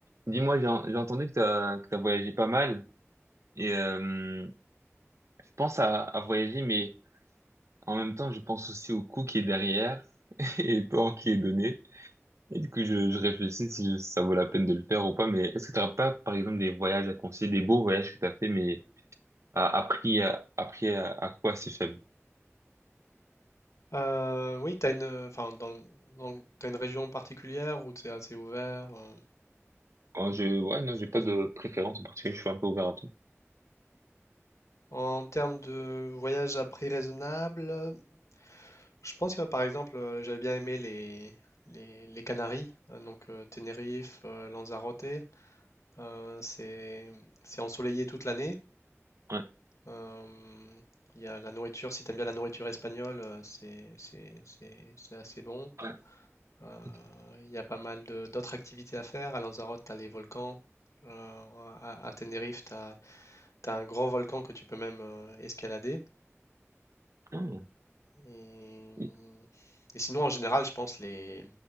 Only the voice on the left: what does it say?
Euh, oui, t'as une, euh, enfin, dans, dans- t'as une région particulière où c'est assez ouvert. euh.
En termes de voyage à prix raisonnable, euh, je pense que par exemple, euh, j'avais bien aimé les, les, les Canaries, euh, donc euh, Tenerife, euh, Lanzarote. Euh, c'est, c'est ensoleillé toute l'année.
Euh, Il y a la nourriture, si t'aimes bien la nourriture espagnole, euh, c'est, c'est, c'est, c'est assez bon.
Euh,
Il y a pas mal de- d'autres activités à faire. À Lanzarote, tu as les volcans. Euh, à, à Tenerife, tu as, un grand volcan que tu peux même euh, escalader.
Et,
et sinon, en général, je pense les,